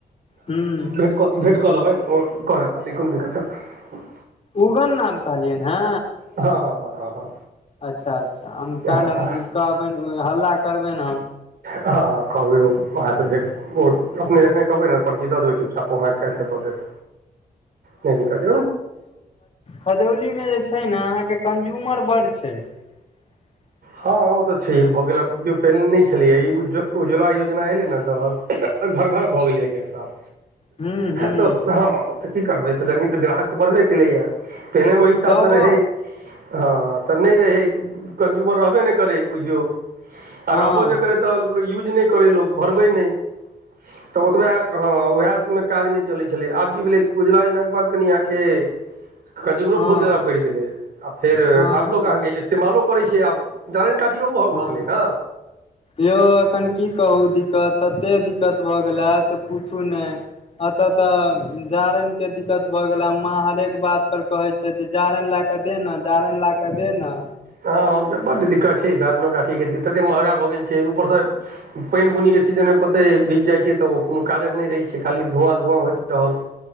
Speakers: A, on the left; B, on the right.
A: ह्म
B: भेट क भेँट कऽ लेबैन ओ कऽ देता न ई कोनो दिक्कत हत
A: उगन नाम कहलियैन हँ
B: हँ हँ हँ हँ हँ
A: अच्छा अच्छा हम
B: हँ
A: काल्हि हम कहबनि हल्ला करबैन हम
B: हँ हँ कहबै ओ अहाँसँ भेट ओ अपने जखने कहबै न पर्ची दऽ देबै चुपचाप ओ हाँ कके <unintelligible> दऽ देत नहि दिक्कत
A: खजौली मे जे छै न अहाँके कंज्यूमर बड्ड छै ह <unintelligible>
B: हँ ओ तऽ छैहे भऽ गेल आब केओ पहिने नहि छलैए ई उज्जवला योजना एलै ने त तऽ घर घर भऽ गेलै गैस आब
A: ह्म ह्म
B: तऽ हँ तऽ की करबै तऽ कनीऽ ग्राहक तऽ बढ़बे केलै ह पहिनेे ओहि हिसाबसँ
A: तबो
B: रहै हँ तऽ नहि रहै कन्ज्यूमर रहबे नहि करै बुझियौ आ
A: हँ
B: रहबो जे करै तऽ यूज नहि करै लोक भरबै नहि तऽ ओतबे हँ ओहेमें काज नहि चलै छलै आब की भेलै उज्वला योजना के बाद कनि अहाँके कंज्युमरो
A: हँ
B: बहुत ज्यादा बढ़ि गेलै आ फेर
A: हँ हँ
B: आब लोक अहाँके इस्तेमालो करैत छै आब जारैन काठियो महग
A: हँ
B: भऽ गेलै ने
A: यौ एखन की कहू दिक्कत तते दिक्कत भऽ गेला से पूछू नहि ऐत तऽ जारैन के दिक्कत भए गेलये माँ हरेक बात पर कहे छै जे जारैन लय के दे ने जारैन लए त देना
B: हँ बड्ड दिक्कत छै जिरनो काठीके ततेक महँगा भऽ गेल छै ऊपरसँ पानि बुन्नीक के सीजनमे पते भीज जाइत छै तऽ ओ कोनो काजक नहि रहैत छै खाली धुआँ धुआँ होइत रहल